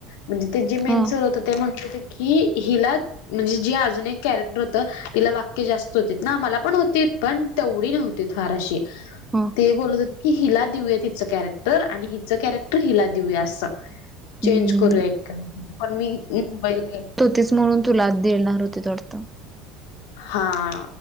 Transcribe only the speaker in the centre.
हा
हा
हम्म.
तू होतीच म्हणून तूला देणार होते वाटतं.